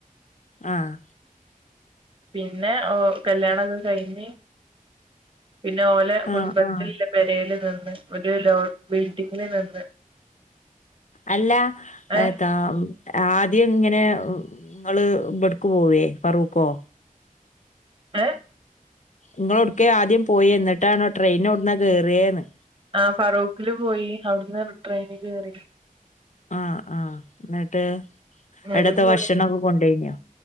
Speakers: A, on the left; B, on the right.
A: ആഹ്
B: പിന്നെ ഓ കല്യാണക്കെ കഴിഞ്ഞ് പിന്നെ ഓലെ കുടുംബത്തില്
A: ആഹ് ആഹ്
B: ല- പരേൽ നിന്ന് ഒരു ലോ ബിൽഡിങ്ങിൽ നിന്ന്
A: അല്ല
B: ഏ
A: ഏതാം ആദ്യഇങ്ങനെ ഇങ്ങൾ ഇബടുക്കു പോവേ പറൂക്കോ
B: ഏ
A: നിങ്ങളോടുക്ക ആദ്യം പോയേ എന്നിട്ടാണോ ട്രെയിനോടന്ന് കയറിയെന്ന്
B: ആ ഫറൂഖില് പോയി അവിടുന്ന് ട്രെയിനി കേറി
A: ആ ആ എന്നിട്ട്
B: ഇങ്ങട്ട്
A: ഇടത്തെ
B: പോയി
A: ഭക്ഷണൊക്കെ കൊണ്ടോയിഞൊ